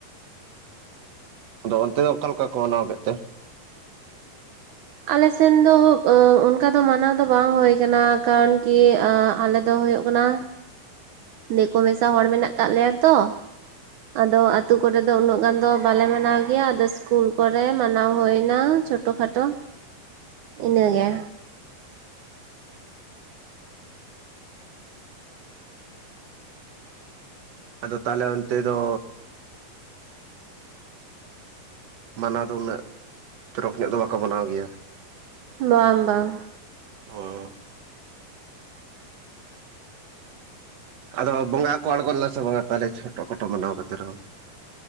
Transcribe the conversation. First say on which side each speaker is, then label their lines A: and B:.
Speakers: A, on the right; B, on the right.
A: ᱟᱫᱚ ᱚᱱᱛᱮ ᱫᱚ ᱚᱠᱟ ᱞᱮᱠᱟ ᱠᱚ ᱢᱟᱱᱟᱣ ᱠᱮᱫ ᱛᱮ?
B: ᱟᱞᱮᱥᱮᱱ ᱫᱚ ᱚᱸ ᱚᱱᱠᱟ ᱫᱚ ᱢᱟᱱᱟᱣ ᱫᱚ ᱵᱟᱝ ᱦᱳᱭ ᱠᱟᱱᱟ ᱠᱟᱨᱚᱱ ᱠᱤ ᱟᱞᱮ ᱫᱚ ᱦᱳᱭᱳᱜ ᱠᱟᱱᱟ ᱫᱮᱠᱳ ᱢᱮᱥᱟ ᱦᱚᱲ ᱢᱮᱱᱟᱜ ᱠᱟᱜ ᱞᱮᱭᱟ ᱛᱚ, ᱟᱫᱚ ᱟᱛᱩ ᱠᱚᱨᱮᱫ ᱫᱚ ᱩᱱᱟᱹᱜ ᱜᱟᱱ ᱫᱚ ᱵᱟᱞᱮ ᱢᱟᱱᱟᱣ ᱜᱮᱭᱟ ᱟᱫᱚ ᱤᱥᱠᱩᱞ ᱠᱚᱨᱮ ᱢᱟᱱᱟᱣ ᱦᱩᱭ ᱱᱟ, ᱪᱷᱳᱴᱚ ᱠᱷᱟᱴᱳ ᱤᱱᱟᱹ ᱜᱮ,
A: ᱟᱫᱚ ᱛᱟᱦᱚᱞᱮ ᱚᱱᱛᱮ ᱫᱚ ᱢᱟᱱᱟᱣ ᱫᱚ ᱩᱱᱟᱹᱜ ᱛᱚᱨᱚᱠ ᱧᱚᱜ ᱫᱚ ᱵᱟᱠᱚ ᱢᱟᱱᱟᱣ ᱜᱮᱭᱟ᱾
B: ᱵᱟᱝ ᱵᱟᱝ,
A: ᱦᱚᱸ ᱟᱫᱚ ᱵᱚᱸᱜᱟ ᱠᱚ ᱟᱬᱜᱳ ᱞᱮᱱᱟ ᱥᱮ ᱵᱟᱝᱟ ᱛᱟᱦᱚᱞᱮ ᱪᱷᱚᱴᱚ ᱠᱷᱟᱴᱳ ᱢᱟᱱᱟᱣ ᱠᱟᱛᱮ ᱨᱮᱦᱚ?